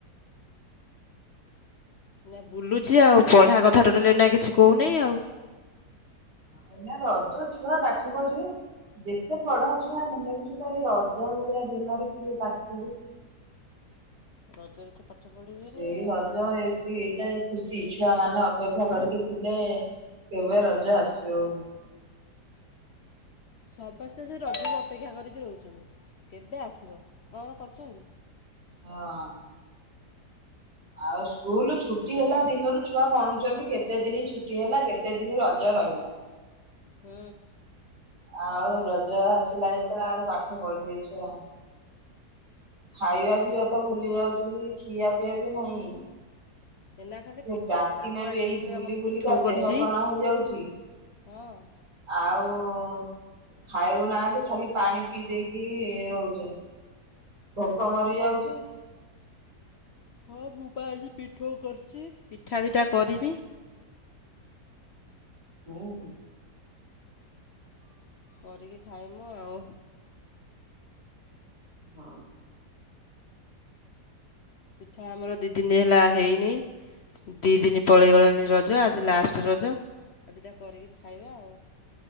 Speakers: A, on the left (about 60°); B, on the right (about 90°).
A: ନା ବୁଲୁଛି ଆଉ ପଢା କଥା ଟୋଟଲି ଏଇ ନା କିଛି କହୁନାହିଁ ଆଉ।
B: ଏଇନା ରଜ ଛୁଆ ପାଠ ପଢିବେ। ଯେତେ ପଢା ଛୁଆ ହେନେ ବି ସୁଧା ଏଇ ରଜ ଭଳିଆ ଦିନରେ କିଏ ପାଠ ପଢିବ।
A: ରଜରେ ତ ପାଠ ପଢ଼ିବେନି
B: ସେଇ
A: ଆଉ
B: ରଜ
A: ଯେତେକ
B: ଏତି ଏଇଟା ଖୁସି ଛୁଆ ମାନେ ଅପେକ୍ଷା କରିକି ଥିଲେ କେବେ ରଜ ଆସିବ ବୋଲି।
A: ସମସ୍ତେ ସେ ରଜକୁ ଅପେକ୍ଷା କରିକି ରହୁଚନ୍ତି କେବେ ଆସିବ କଣ କରୁଚନ୍ତି।
B: ହଁ। ଆଉ ସ୍କୁଲ ଛୁଟି ହେଲା ଦିନରୁ ଛୁଆ ଗଣୁଚନ୍ତି କେତେ ଦିନ ଛୁଟି ହେଲା କେତେ ଦିନ ରଜ ରହିଲା।
A: ହୁଁ।
B: ଆଉ ରଜ ଆସିଲା ଯେତେବେଳେ ଆଉ ପାଠ ପଢି ବେଛୁଆ। ଖାଇବା ପିଇବା ତ ଭୁଲି ଯାଉଚନ୍ତି ଖିଆ ପିଆ ବି ନାହିଁ।
A: ଏଇନା ଖାଲି
B: ସେ
A: ପିଠାପଣା
B: ଡାକିନେ
A: ମୁଁ ଆଜି
B: ବି ଏଇ
A: ଟିକେ
B: ବୁଲି
A: ଆମର
B: ବୁଲିକା
A: ପିଠୋଉ କରିଚି
B: ଦେହ କଣ ହେଇଯାଉଛି।
A: ହଁ।
B: ଆଉ। ଖାଇବୁ ନାହାନ୍ତି ଖାଲି ପାଣି ପିଇ ଦେଇକି ରହୁଚନ୍ତି
A: ହଁ
B: ଭୋକ ମରିଯାଉଚି।
A: ହଁ ମୁଁ ପା ଆଜି ପିଠୋଉ କରିଚି ପିଠା ଦିଟା କରିବି।
B: ହୁଁ।
A: କରିକି ଖାଇମୁ ଆଉ।
B: ହଁ ହଁ।
A: ପିଠା ଆମର ଦି ଦିନ ହେଲା ହେଇନି। ଦି ଦିନ ପଳେଇଗଲାଣି ରଜ ଆଜି ଲାଷ୍ଟ ରଜ ଆଉ ଦିଟା କରିକି ଖାଇବା ଆଉ।